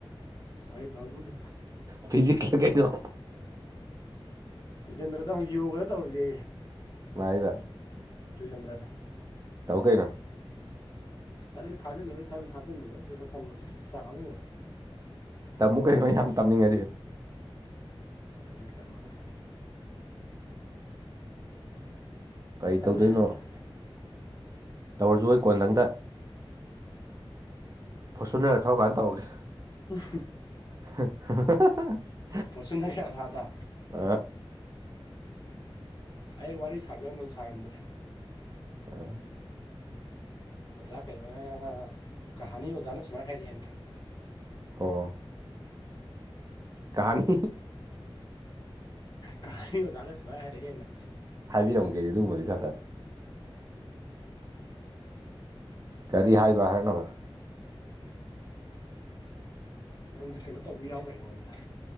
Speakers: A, on the left (about 50°); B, on the right (about 35°).
A: ꯇꯥꯏ ꯕꯨꯨꯗꯤ
B: ꯐꯤꯖꯤꯛ ꯂ ꯀꯩꯩꯅ
A: ꯟꯗꯗ ꯑꯃꯨꯛ ꯌꯣꯒꯗ ꯇꯧꯔꯁꯦ
B: ꯥꯏꯕ
A: ꯖꯦꯟꯗ꯭ꯔꯅ
B: ꯇꯧ ꯀꯥꯏꯅ
A: ꯀꯠꯂ ꯊꯥꯖꯤꯜꯂꯨꯔꯣꯏ ꯈꯜꯂ ꯊꯥꯖꯤꯜꯂꯨꯔꯣꯏ ꯁꯤꯂ ꯊꯟꯕ ꯄꯩꯁꯥ ꯄꯥꯉꯨꯕ
B: ꯇꯥꯃꯨꯛ ꯀꯩꯩꯅꯣ ꯌꯥꯝ ꯇꯝꯅꯤꯡꯉꯗꯤ
A: ꯀꯩꯅꫭ ꯇꯝꯑꯔꯣꯏ ꯇꯜꯂꯦ꯫
B: ꯀꯔꯤ
A: ꯇꯜꯂꯦ
B: ꯇꯧꯗꯣꯏꯅꯣ꯫
A: ꯇ-
B: ꯇꯧꯔꯁꯨ ꯑꯩ ꯀꯣꯟꯗꯪꯗ ꯐꯣꯠꯁꯨꯟꯅꯔ ꯊꯧꯔꯀꯥꯟꯗ ꯇꯧꯔꯒꯦ꯫
A: ꯎꯝꯍ
B: <unintelligible>
A: ꯐꫭꯆꯨꯅꯔꯏꯑꯁꯥꯗ
B: ꯑ
A: ꯑꯩ ꯋꯥꯔꯤ ꯁꯥꯖꯟ ꯅꯡꯁꯥꯔꯝꯗ꯭ꯔꯦ꯫
B: ꯑ
A: ꯑꯣꯖꯥ ꯀꯩꯅꫭꯅ ꯀꯍꯥꯅꯤ ꯑꯣꯖꯥꯅ ꯁꯨꯃꯥꯏꯅ ꯍꯥꯏꯔꯛꯑꯦꯅ꯫
B: ꯑꯣ ꯀꯍꯥꯅꯤ
A: ꯀꯍꯥꯅꯤ ꯑꫭꯖꯥꯅ ꯁꯨꯃꯥꯏ ꯍꯥꯏꯔꯛꯑꯩꯅ꯫
B: ꯍꯥꯏꯕꯤꯔꯝꯒꯦꯗꯤ ꯑꯗꯨꯒꯨꯝꯕꯗꯤ ꯈꯔ ꯈꯔ꯫ ꯀꯔꯤ ꯍꯥꯏꯕ ꯍꯥꯏꯅꯕ꯭ꯔ꯫
A: ꯅꯪꯗꯤ ꯀꯩꯅꯣ ꯇꯧꯕ ꯌꯥꯎꯒꯦ ꯑꯩꯉꯣꯟꯗ꯫